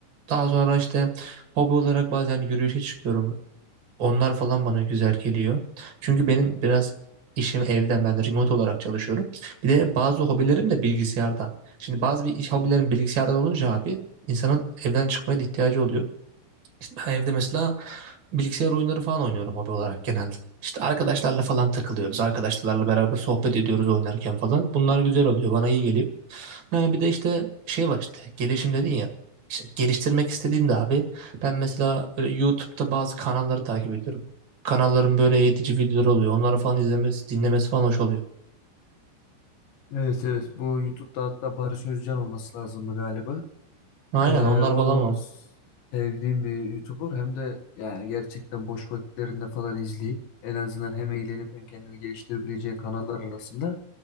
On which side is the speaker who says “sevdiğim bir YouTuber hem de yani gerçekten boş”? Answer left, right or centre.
Left